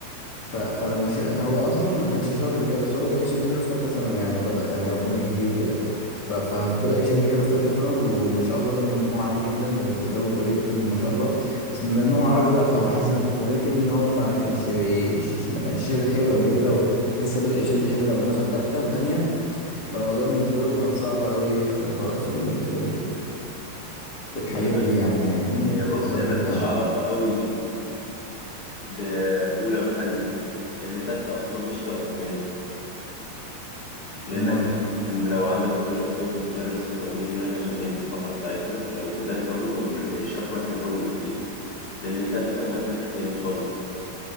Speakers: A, on the left (about 25°); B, on the left (about 50°).
A: ف... فلما ش... هو اصلا ما كانش شاطر وكده بس هو بدأ يشد حيله في ثالثه ثانوي يعني وبدأ يعني ربنا يهديه وكده ف... فبدأ يشد حيله في ثالثه ثانوي وما شاء الله جاب مجموع عالي جدا ودخله كلية طب ما شاء الله بس بما ان هو عربي بقى فهو حاسس إن- وغير كده ان هو ما كانش بيش... ما كانش شادد حيله قبل كده و... لسه بدأ يشد حيله لما دخل ثالثه وثانيه فالموضوع بالنسبة له كان صعب قوي في في ال... في ال... في الحاجات
B: هي ما
A: دي يعني فاهمني
B: هي بص
A: لما
B: هي
A: دخل
B: ملهاش
A: الجامعة
B: علاقة قوي بأولى وتانية لأن تالتة أصلا مش تراكمية لأنك
A: امال
B: هي- لو عندك مدر- دو- مدرس بضمير يعني عشان ننهي الفقرة بتاعتنا لو مدرس عنده ضمير هيشرح لك من أول وجديد لأن تالتة منهج تاني خالص